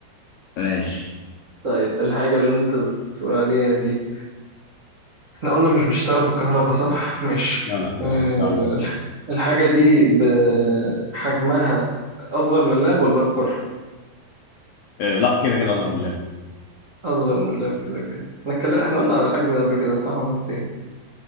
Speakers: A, on the left; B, on the right.
A: ماشي
B: طيب الحاجة اللي انت بتقول عليها دي احنا قلنا مش بيشتغل بالكهرباء صح؟ ماشي
A: لا لا مش
B: آه
A: بتاع الويب.
B: الح- الحاجة دي بحجمها أصغر من اللاب ولا أكبر؟
A: آه، لا كده كده اصغر من اللاب
B: أصغر من اللاب كده كده احنا اتكلم... احنا قلنا على الحجم ده قبل كده صح ولا نسيت؟